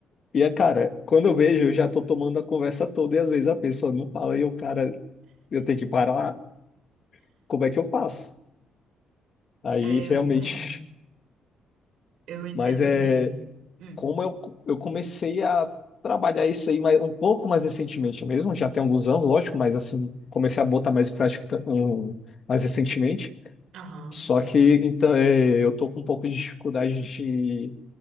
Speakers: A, on the left; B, on the right.
A: e é, cara, quando eu vejo, eu já tô tomando a conversa toda e às vezes a pessoa não fala e o cara, eu tenho que parar, como é que eu faço? Aí
B: é,
A: realmente,
B: eu entendo.
A: <laughs>
B: Eu entendo
A: mas é
B: bem. Hum,
A: como eu, eu comecei a trabalhar isso aí mais, um pouco mais recentemente mesmo, já tem alguns anos, lógico, mas assim, comecei a botar mais em prática um, mais recentemente.
B: aham.
A: Só que então, é, eu tô com um pouco de dificuldade de